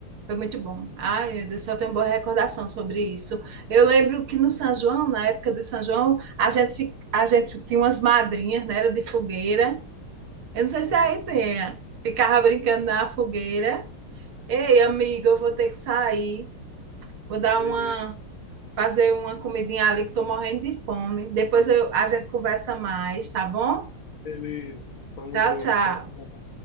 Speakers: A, on the right; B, on the left.
A: Foi muito bom. Ai, meu Deus, só tenho boa recordação sobre isso. Eu lembro que no São João, na época do São João, a gente, fi- a gente tinha umas madrinhas, né? Era de fogueira. Eu não sei
B: Uhum.
A: se aí tem. é. Ficava brincando na fogueira. Ei, amigo, eu vou ter que sair. Vou dar
B: Beleza,
A: uma, fazer uma comidinha ali que estou morrendo de fome. Depois eu, a gente conversa mais, tá bom?
B: beleza. Tamo
A: Tchau,
B: junto.
A: tchau.
B: Tchau.